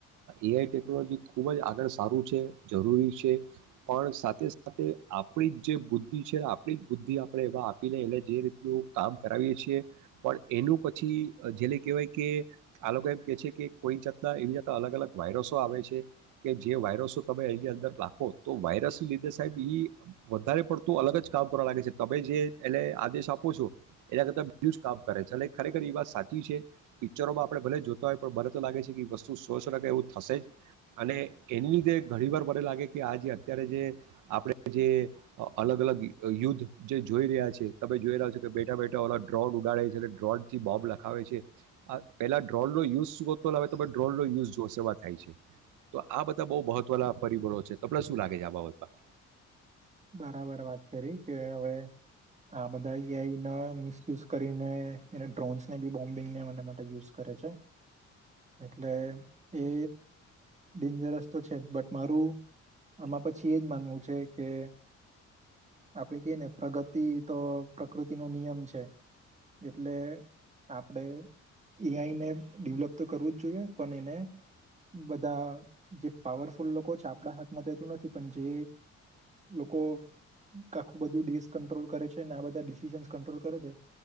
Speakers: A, on the right (about 85°); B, on the right (about 25°).
A: એઆઈ ટેકનોલોજી ખૂબ જ આગળ સારું છે, જરૂરી છે પણ સાથે સાથે આપણી જ જે બુદ્ધિ છે આપ આપણી બુદ્ધિ આપણે એને આપીને એને જે રીતનું કામ કરાવીએ છીએ પણ એનું પછી જેને કહેવાય કે, આ લોકો એમ કહે છે કે કોઈ જાતના એવી જાતાં અલગ અલગ વાયરસો આવે છે કે જે વાયરસો તમે એની અંદર રાખો તો વાયરસ લીધે સાહેબ એ વધારે પડતું અલગ જ કામ કરવા લાગે છે. તમે જે એને આદેશ આપો છો એના કરતા બીજુ જ કામ કરે છે. ખરેખર ઈ વાત સાચી છે પિક્ચરોમાં આપણે ભલે જોતા હોય તો મને તો લાગે છે કે વસ્તુ સોસો ટકા એવું થશે જ અને એને લીધે ઘણી વાર મને લાગે કે આ જે અત્યારે જે આપણે જે અલગ અલગ યુદ્ધ જે જોઈ રહ્યા છે તમે જોઈ રહ્યા છો કે, બેઠા બેઠા ઓલો ડ્રોન ઉડાડે છે એટલે ડ્રોન થી બોમ્બ લખાવે છે. પેલા ડ્રોનનો યુઝ શું હતો હવે તમે જોવ ડ્રોનનો યુઝ સેમાં થાય છે, તો આ બધા બઉ મહત્વના પરિબળો છે તમને શું લાગે છે આ બાબતમાં?
B: બરાબર વાત કરી કે, હવે આ બધા એઆઈ નો મિસયુઝ કરીને એને ડ્રોન્સને બી બોમ્બિંગને માટે યુઝ કરે છે એટલે એ ડેન્જરસ તો છે જ બટ મારું આમાં પછી એ જ માનવું છે કે આપણે કેય ને પ્રગતિ તો પ્રકૃતિનો નિયમ છે એટલે આપણેે એઆઈને ડેવલપ તો કરવું જ જોઈએ પણ એને બધા જે પાવરફુલ લોકો છે આપણા હાથમાં થતું નથી પણ જે લોકો આખું બધું દેશ કંટ્રોલ કરે છે ને આ બધા ડિસિઝન્સ કંટ્રોલ કરે છે,